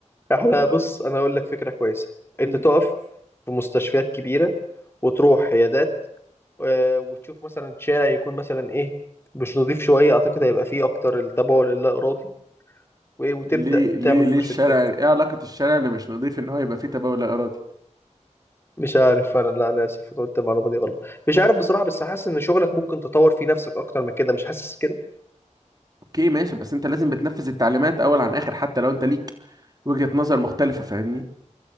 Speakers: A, on the left (about 20°); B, on the right (about 30°).
A: احنا
B: <laughs> آه،
A: بص أنا هقول لك فكرة كويسة أنت
B: م.
A: تقف في مستشفيات كبيرة وتروح عيادات آه، وتشوف مثلا شارع يكون مثلا ايه مش نضيف شويه اعتقد هيبقى فيه اكتر التبول اللا ارادي وايه وتبدا
B: ليه ليه
A: تعمل
B: ليه
A: روشتات
B: الشارع ايه علاقة الشارع اللي مش نظيف ان هو يبقى فيه تبول لا إرادي
A: مش عارف فعلا لا انا اسف انا قلت المعلومه دي غلط مش عارف بصراحه بس حاسس ان شغلك ممكن تطور فيه نفسك اكتر من كده مش حاسس كده
B: اوكي ماشي بس انت لازم بتنفذ التعليمات اول عن اخر حتى لو انت ليك وجهة نظر مختلفة فاهمني